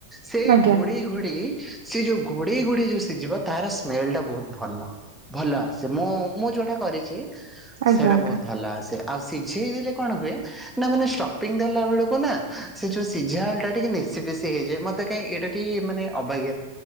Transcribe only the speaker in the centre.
ସେଇ
ଘୋଡେଇ ଘୋଡେଇ, ସିଏ ଯୋଉ ଘୋଡେଇ ଘୋଡେଇ ଯୋଉ ସିଝିବ, ତାର ସ୍ମେଲଟା ବହୁତ ଭଲ। ଭଲ ଆସେ। ମୁଁ, ମୁଁ ଯୋଉଟା କରିଛି,
ସେଇଟା
ବହୁତ ଭଲ ଆସେ। ଆଉ ସିଝେଇ ଦେଲେ କଣ ହୁଏ, ନା ମାନେ ଷ୍ଟପିଂ ଦେଲା ବେଳକୁ ନା, ସେ ଯୋଉ ସିଝା ଆଳୁଟା ଟିକେ ନି ନେସି ପେସି ହେଇଯାଏ। ମତେ କାଇଁ ଏଇଟା ଏମତି ମାନେ ଅବାଗିଆ,